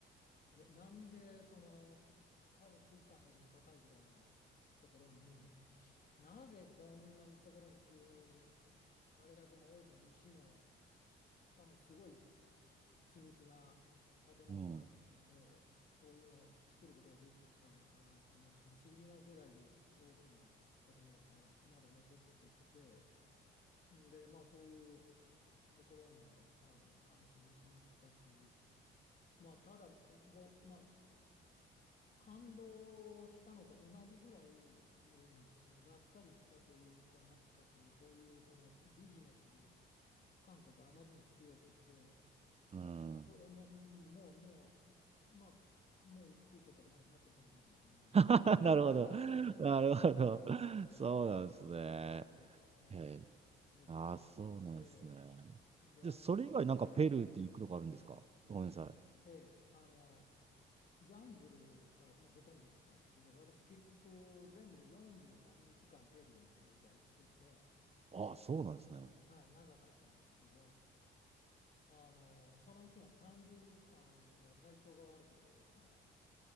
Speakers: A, on the left; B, on the right.
A: え、なんでその多分富士山よりも高いぐらいのところになぜこんなところに急にあれだけの大きな石のしかもすごい緻密な建物が、
B: うん。
A: えーそういうのを作ることができたのかなってもう不思議なぐらい大きな建物がこうまだ残っててんでまあそういうところもあの感心しましたしまあただぼ、まあ、感動したのと同じぐらい、どういうんですかね、がっかりしたというか、なんかこう、そういうそのビジネス感覚があまりに強くて、
B: うん。
A: それも、うんもう、もう、まあ、もう来ることはないなと、その時は思いましたね。
B: <laughs> なるほど。
A: <laughs>
B: なるほど。そうなんですね。
A: そうですね、
B: へえ。
A: ペルーは、
B: ああ、そうなんですね。
A: ええで、
B: で、
A: あと、
B: それ以外なんかペルーって行くとこあるんですかごめんなさい。
A: ええええあの、ジャングルがまあほとんどだったんですけど、私結局全部で43日間ペルーに滞在してて、
B: ああ、そうなんですね。
A: はい、長かったんですけど、あの、そのうちの30日間は体調が悪くてですね、